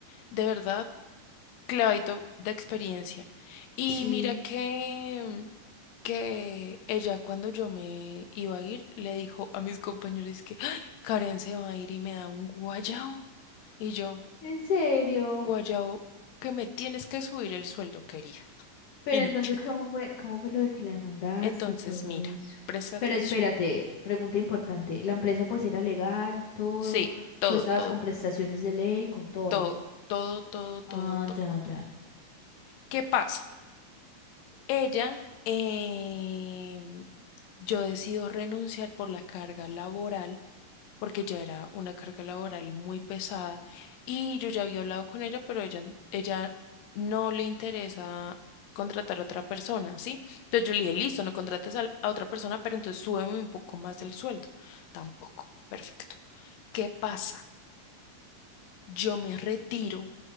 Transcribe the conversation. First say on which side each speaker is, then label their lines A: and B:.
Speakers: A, on the left; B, on the left.
A: de verdad clavito de experiencia. Y
B: sí.
A: mira que, que ella cuando yo me iba a ir le dijo a mis compañeros que "Ay, Karen se va a ir y me da un guayao. Y yo,
B: En serio.
A: guayao, que me tienes que subir el sueldo, querida. <laughs>
B: Pero
A: Y no
B: entonces,
A: quiero.
B: ¿cómo fue, cómo fue lo de que la demandaste
A: Entonces,
B: y todo
A: mira,
B: eso?
A: presta atención.
B: Pero espérate, pregunta importante. ¿La empresa pues era legal, todo?
A: Sí, todo,
B: ¿Tú estabas
A: todo,
B: con prestaciones de ley, con todo?
A: todo, todo, todo, todo,
B: Ah,
A: todo.
B: ya, ya.
A: ¿Qué pasa? Ella, em, yo decido renunciar por la carga laboral, porque ya era una carga laboral muy pesada y yo ya había hablado con ella, pero ella, ella no le interesa contratar a otra persona, ¿sí? Entonces yo le dije, listo, no contrates al- a, otra persona, pero entonces súbeme un poco más el sueldo. Tampoco, perfecto. ¿Qué pasa? Yo me retiro